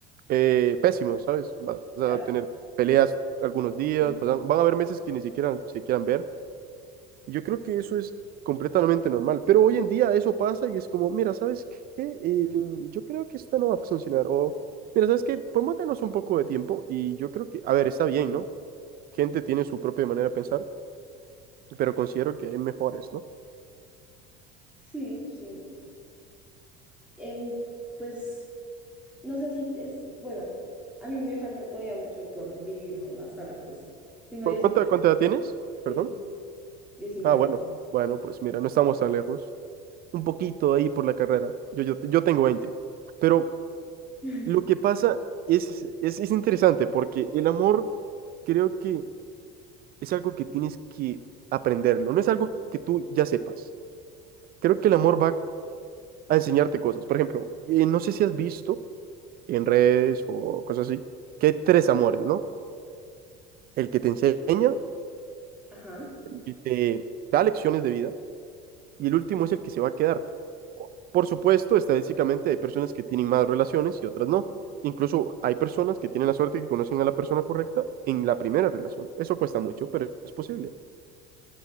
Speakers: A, on the right (about 50°); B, in the centre.
A: eh, pésimos, ¿sabes? Vas a
B: Claro.
A: tener peleas algunos días,
B: Sí,
A: vas a- van a haber meses que ni siquiera se quieran ver. Yo creo que eso es completamente normal, pero hoy en día eso pasa y es como, mira, ¿sabes qué? Eh, yo creo que esta no va a funcionar, o mira, ¿sabes qué? Podemos darnos un poco de tiempo y yo creo que, a ver, está bien, ¿no? Gente tiene su propia manera de pensar, pero considero que hay mejores, ¿no?
B: sí. sí. En, pues, no sé si es, bueno, a mí me falta todavía mucho por vivir, ¿no? Hasta ahora, pues, tengo
A: ¿Cu-
B: diecinueve
A: ¿Cuánta, cuánta edad tienes? Perdón.
B: 19. 19.
A: Ah, bueno, bueno, pues mira, no estamos tan lejos, un poquito ahí por la carrera, yo, yo, yo tengo veinte pero
B: <laughs>
A: lo que pasa es, es, es interesante porque el amor creo que es algo que tienes que aprenderlo, no es algo que tú ya sepas. Creo que el amor va a enseñarte cosas. Por ejemplo, eh, no sé si has visto en redes o cosas así, que hay tres amores, ¿no? El que te enseña,
B: Ajá.
A: el que te da lecciones de vida y el último es el que se va a quedar. Por supuesto, estadísticamente hay personas que tienen más relaciones y otras no. Incluso hay personas que tienen la suerte que conocen a la persona correcta en la primera relación. Eso cuesta mucho, pero es posible.